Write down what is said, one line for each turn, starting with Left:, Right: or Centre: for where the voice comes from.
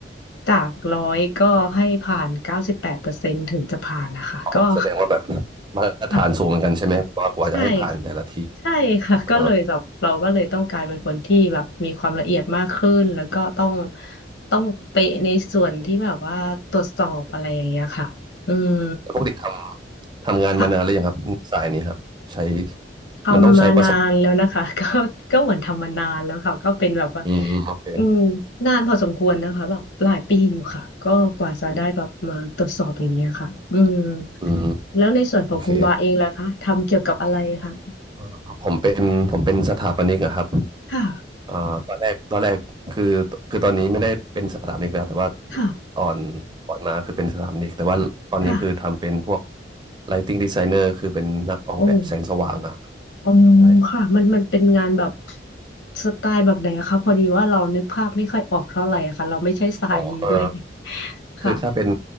Left: จากร้อยก็ให้ผ่านเก้าสิบแปดเปอร์เซ็นต์ถึงจะผ่านนะคะ
Right: อ๋อแสดงว่าแบบ
Left: ก็
Right: มาตรฐานสูงเหมือนกันใช่ไหมว่ากว่าจะให้ผ่านแต่ละที
Left: อ่ะใช่ค่ะใช่ค่ะก็เลยแบบเราก็เลยต้องกลายเป็นคนที่แบบมีความละเอียดมากขึ้น
Right: เอ่อ
Left: แล้วก็ต้องต้องเป๊ะในส่วนที่แบบว่าตรวจสอบอะไรอย่างเงี้ยค่ะอืม
Right: วปกติทำทำงานมานานหรือยังครับสายนี้ครับใช้
Left: ค่ะ ทำมานานแล้วนะคะ
Right: มันต้องใช้ประสบ
Left: <laughs> ก็ก็เหมือนทำมานานแล้วค่ะก็เป็นแบบว่า
Right: อืมโอเค
Left: อืมนานพอสมควรนะคะแบบหลายปีอยู่ค่ะก็กว่าจะได้แบบมาตรวจสอบอย่างเงี้ยค่ะอืม
Right: อืม
Left: แล้วในส่วนของคุณวาเองล่ะคะทำเกี่ยวกับอะไรคะ
Right: โอเคเอ่อผมเป็นผมเป็นสถาปนิกอะครับ
Left: ค่ะ
Right: เอ่อตอนแรกตอนแรกคือคือตอนนี้ไม่ได้เป็นสถาปนิกแล้วแต่ว่า
Left: ค่ะ
Right: ตอนก่อนมาคือเป็นสถาปนิกแต่ว่าตอนนี้คือทำเป็นพวก
Left: ค่ะ
Right: Lighting Designer คือเป็นนักออกแบบแสงสว่างอะ
Left: โอ้อ๋อ
Right: ใช่
Left: ค่ะมันมันเป็นงานแบบสไตล์แบบไหนอะคะพอดีว่าเรานึกภาพไม่ค่อยออกเท่าไหร่อะค่ะเราไม่ใช่สายนี้ด้วย
Right: อ๋อเออ
Left: <laughs> ค่ะ
Right: คือถ้าเป็น